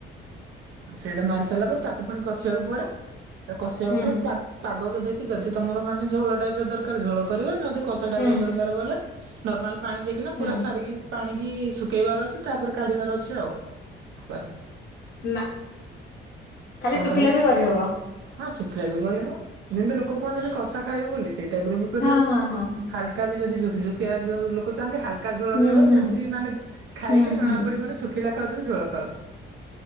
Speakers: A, on the right; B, on the left.
A: ସେଇଟା ମାରି ସାରିଲା ପରେ ତାକୁ ପୁଣି କଷିବାକୁ ପଡେ କଷିବା
B: ହୁଁ
A: ପରେ ପାଗକୁ ଦେଖି ଯଦି ତମର ମାନେ ଝୋଳ ଟାଇପ ର ଦରକାର ଝୋଳ କରିବା ଯଦି କସା ଟାଇପ
B: ହୁଁ
A: ର ଦରକାର ବୋଲେ ନର୍ମାଲ। ପାଣି ଦେଇକି ନା
B: ହୁଁ
A: ପୁରା ସାରିକି ପାଣି କି ଶୁଖେଇବାର ଅଛି ତାପରେ କାଢିବାର ଅଛି ଆଉ ବାସ୍।
B: ନା ଖାଲି
A: କଣ
B: ଶୁଖିଲା
A: କହିଲ
B: ବି କରିହବ।
A: ହଁ ଶୁଖିଲା ବି କରିହବ ଯେମିତି ଲୋକ କୁହନ୍ତି କଷା। ଖାଇବ ବୋଲି। ସେଇ ଟାଇପ ର ବି କରିହବ
B: ହଁ ହଁ ହଁ ହଁ।
A: ହାଲକା ବି ଯଦି ଯୁକୁ ଯୁକିଆ ଯୋ ଲୋକ ଚାହାଁନ୍ତି ହାଲକା ହାଲକା ଝୋଳ
B: ହୁଁ
A: ରହିବ
B: ହୁଁ।
A: ଯେମତି ମାନେ ଖାଇଲେ
B: ହୁଁ
A: ଜଣା
B: ହୁଁ
A: ପଡିବନି ଶୁଖି ଖିଲା ଖାଉଛ କି ଝୋଳ ଖାଉଛି।